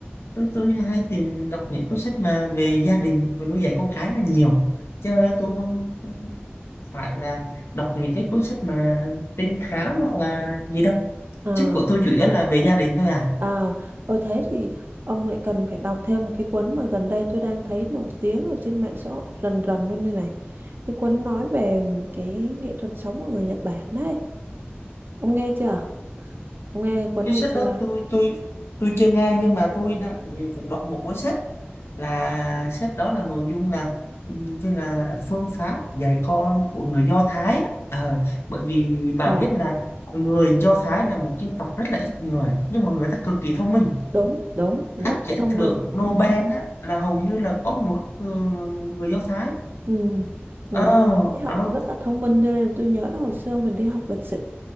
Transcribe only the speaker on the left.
tôi, tôi hay tìm đọc những cuốn sách mà về gia đình và nuôi dạy con cái là nhiều chứ tôi không phải là đọc những cái cuốn sách mà trinh thám hoặc là gì đâu
Sách của tôi chủ yếu là về gia đình thôi à.
Cái
sách
đó tôi tôi tôi chưa nghe nhưng mà tôi đã cũng đọc một cuốn sách là sách đó là nội dung là như là phương pháp dạy con của người Do Thái á. Ờ, bởi vì bà
biết là người Do Thái là một dân tộc rất là ít người nhưng mà người ta cực kỳ thông minh
các giải
thưởng
Nobel á, là hầu như là có nguồn gốc người, người Do Thái
ờ,
đó